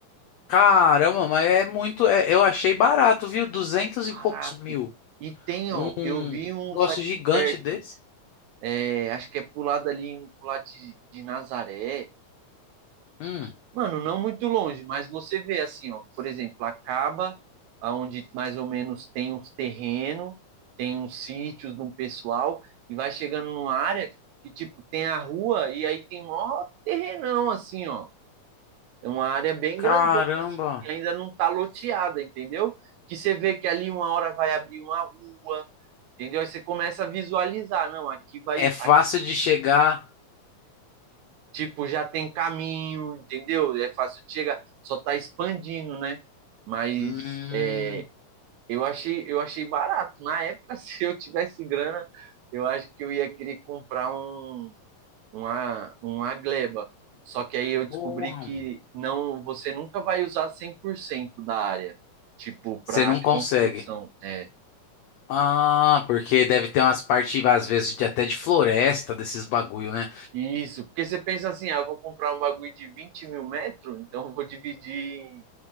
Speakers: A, on the left (about 75°); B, on the right (about 80°).
A: caramba, mas é muito, é- eu achei barato, viu? Duzentos
B: Barato.
A: e poucos mil.
B: E tem,
A: Um
B: ó, eu vi uns
A: negócio
B: aqui
A: gigante
B: perto.
A: desse.
B: é, acho que é pro lado ali, indo pro lado de, de Nazaré.
A: Hum,
B: Mano, não muito longe, mas você vê assim, ó, por exemplo, acaba aonde mais ou menos tem uns terrenos, tem uns sítios de um pessoal, e vai chegando numa área que, tipo, tem a rua e aí tem mó terrenão, assim, ó. É uma área bem
A: caramba.
B: grandona, assim, que ainda não está loteada, entendeu? Que você vê que ali uma hora vai abrir uma rua, entendeu? Aí você começa a visualizar, não, aqui vai,
A: É fácil
B: aqui,
A: de chegar.
B: tipo, já tem caminho, entendeu? É fácil de chegar, só está expandindo, né? Mas
A: Hum,
B: é, eu achei, eu achei barato. Na época, <laughs> se eu tivesse grana, eu acho que eu ia querer comprar um, uma, uma gleba. Só que aí eu descobri
A: porra,
B: que
A: mano.
B: não, você nunca vai usar 100% da área, tipo,
A: Você
B: para
A: não consegue.
B: construção. É.
A: Ah, porque deve ter umas partes, às vezes, de até de floresta, desses bagulho, né?
B: Isso, porque você pensa assim, ah, eu vou comprar um bagulho de 20 mil metros, então eu vou dividir em